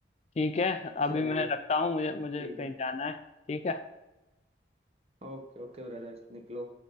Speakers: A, on the left; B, on the right.
A: ठीक है अभी
B: चलिए
A: मैं रखता हूँ मुझे मुझे
B: ठीक
A: कहीं
B: है
A: जाना है ठीक है
B: ओके ओके ब्रदर निकलो